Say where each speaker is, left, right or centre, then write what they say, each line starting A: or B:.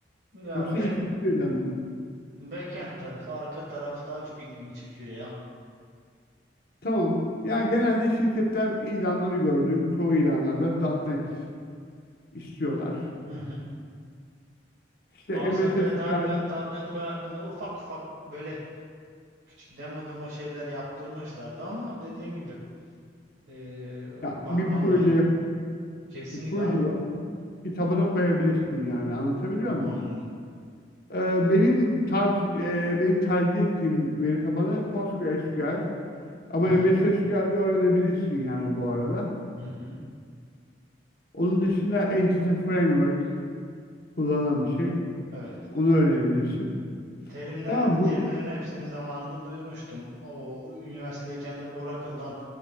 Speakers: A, on the right (about 65°); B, on the left (about 50°).
A: Ya
B: Yoksa
A: back
B: ikisi birden mi?
A: backend tarafı, arka taraf daha çok ilgimi çekiyor ya.
B: Tamam. Ya genelde şirketler ilanları gördüğüm çoğu ilanlarda .nokta .NET istiyorlar.
A: Hı hı.
B: İşte M
A: ASP.NET,
B: MS SQL
A: .NET nokta net Core hakkında ufak ufak böyle küçük demo demo şeyler yaptırmışlardı ama dediğim gibi Ee,
B: ya
A: bakmam
B: bir proje
A: lazım. Kesinlikle
B: bir proje
A: abi
B: yapıp kitabına koyabilirsin yani anlatabiliyor muyum?
A: anladım.
B: Ee, benim tavsiye e, benim tercih ettiğim veri tabanı PostgreSQL ama
A: Hı hı,
B: M S MS SQL'de öğrenebilirsin yani bu arada.
A: hı hı.
B: Onun dışında Entity Framework kullanan bir şey.
A: Evet.
B: Onu öğrenebilirsin.
A: Terimler,
B: Tamam bu
A: terimlerin hepsini zamanında duymuştum. O üniversitedeyken de Oracle'dan